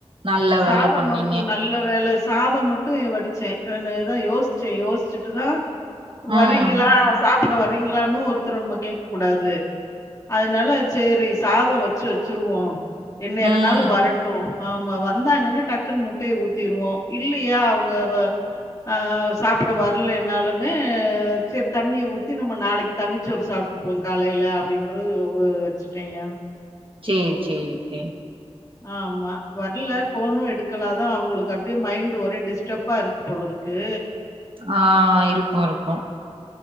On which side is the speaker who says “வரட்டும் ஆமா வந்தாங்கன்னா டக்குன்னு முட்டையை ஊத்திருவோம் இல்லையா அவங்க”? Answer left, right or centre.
Left